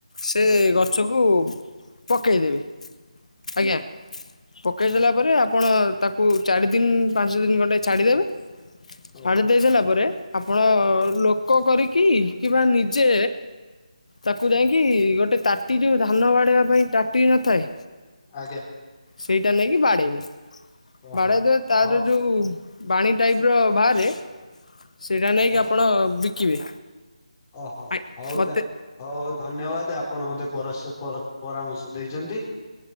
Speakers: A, on the left (about 70°); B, on the left (about 25°).
A: ସେ
B: ଆଜ୍ଞା
A: ଗଛ କୁ ପକେଇଦେବେ, ଆଜ୍ଞା ପକେଇ
B: ଆଜ୍ଞା
A: ସାଇଲା ପରେ ଆପଣ ତାକୁ ଚାରିଦିନ୍ ପାଞ୍ଚଦିନ୍ ଖଣ୍ଡେ ଛାଡିଦେବେ
B: ଓହୋ
A: ଛାଡି ଦେଇ ସାଇଲା ପରେ ଆପଣ ଲୋକ କରିକି କିମ୍ବା ନିଜେ ତାକୁ ଯାଇକି ଗୋଟେ ତାଟି ଯୋଉ ଧାନ ବାଡ଼େଇବା ପାଇଁ ତାଟି ନଥାଏ?
B: ଆଜ୍ଞା।
A: ସେଇଟା ନେଇକି ବାଡ଼େଇବେ।
B: ଓହୋ
A: ବାଡେଇଦେବେ ତାର
B: ହଁ
A: ଯୋଉ ବାଣି ଟାଇପର ବାହାରେ ସେଇଟା ନେଇକି
B: ଓହୋ
A: ଆପଣ ବିକିବେ?
B: ଓହୋ
A: ଆଜ୍ଞା,
B: ହଉ
A: ମୋତେ
B: ତା ହଉ ହଉ ଧନ୍ୟବାଦ ଆପଣ ମୋତେ ପରଶ୍ୟ ପର ପରାମର୍ଶ ଦେଇଚନ୍ତି।